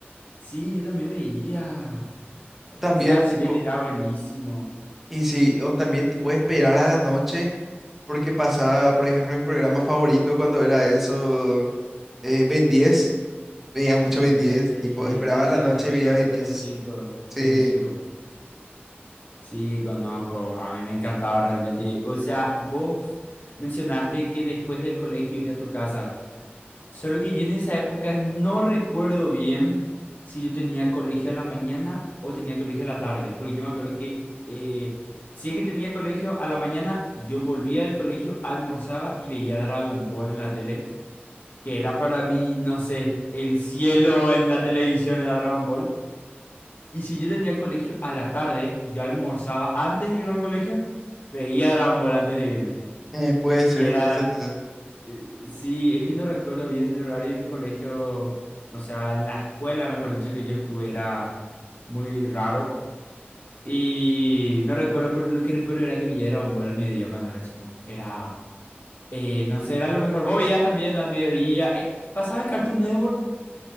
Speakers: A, on the left; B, in the centre.
A: Sí, yo también veía.
B: O también
A: Satchville
B: tipo,
A: era buenísimo.
B: y sí, o también tipo esperar a la noche, porque pasaba, por ejemplo, mi programa favorito cuando era eso, eh, Ben diez veía mucho
A: Ben
B: Ben
A: 10,
B: diez tipo esperaba
A: la,
B: a la
A: la
B: noche
A: versión
B: y
A: de,
B: veía
A: lo-
B: Ben
A: de
B: diez
A: los chicos,
B: Sí.
A: del chico. Sí, conozco, a mí me encantaba realmente. O sea, vos mencionaste que después del colegio ir a tu casa. Solo que yo en esa época no recuerdo bien si yo tenía colegio a la mañana o tenía colegio a la tarde. Porque yo me acuerdo que eh, si es que tenía colegio a la mañana, yo volvía del colegio, almorzaba y veía Dragon Ball en la tele. que era para mí, no sé, el cielo en la televisión de Dragon Ball. Y si yo tenía colegio a la tarde, yo almorzaba antes de irme al colegio, veía Dragon Ball antes de irme.
B: Eh, puede ser
A: Y era,
B: entonces. No, sé.
A: eh, sí, es que no recuerdo bien el horario de mi colegio, o sea, en la escuela, mejor dicho, que yo estuve, era muy raro. Y no recuerdo, pero lo que recuerdo era que veía Dragon Ball al mediodía cuando era chico. Era, eh, no sé, era lo mejor. Vos veías también al mediodía. eh, pasaba en Cartoon Network.